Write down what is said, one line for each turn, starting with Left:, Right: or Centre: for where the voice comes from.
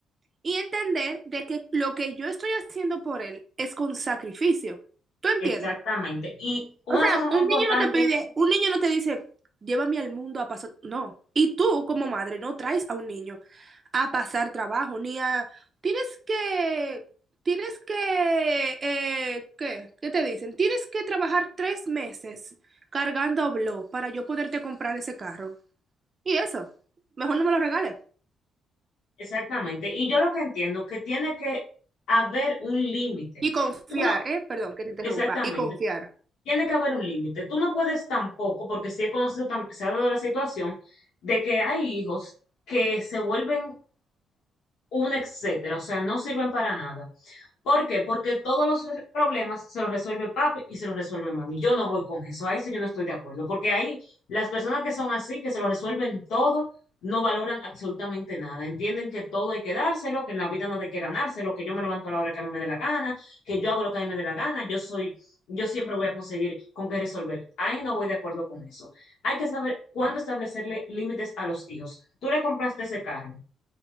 Right: y entender de que lo que yo estoy haciendo por él es con sacrificio. ¿Tú entiendes?
Left: Exactamente. Y una
Right: O sea,
Left: cosa muy
Right: un
Left: importante
Right: niño no te pide, un niño no te dice, llévame al mundo a pasar, no. Y tú como madre no traes a un niño a pasar trabajo, ni a, tienes que, tienes que, eh, ¿qué? ¿Qué te dicen? Tienes que trabajar tres meses cargando blog para yo poderte comprar ese carro. Y eso, mejor no me lo regales.
Left: Exactamente. Y yo lo que entiendo es que tiene que haber un límite.
Right: Y confiar,
Left: Tú no,
Right: ¿eh? Perdón, que te interrumpa.
Left: exactamente,
Right: Y confiar.
Left: tiene que haber un límite. Tú no puedes tampoco, porque sí he conocido, tam- se ha dado la situación de que hay hijos que se vuelven un etcétera, o sea, no sirven para nada. ¿Por qué? Porque todos los problemas se los resuelve papi y se los resuelve mami. Yo no voy con eso, ahí sí yo no estoy de acuerdo, porque ahí las personas que son así, que se lo resuelven todo, no valoran absolutamente nada. Entienden que todo hay que dárselo, que en la vida nada hay que ganárselo, que yo me levanto a la hora que a mí me dé la gana, que yo hago lo que a mí me dé la gana, yo soy, yo siempre voy a conseguir con qué resolver. Ahí no voy de acuerdo con eso. Hay que saber cuándo establecerle límites a los hijos. Tú le compraste ese carro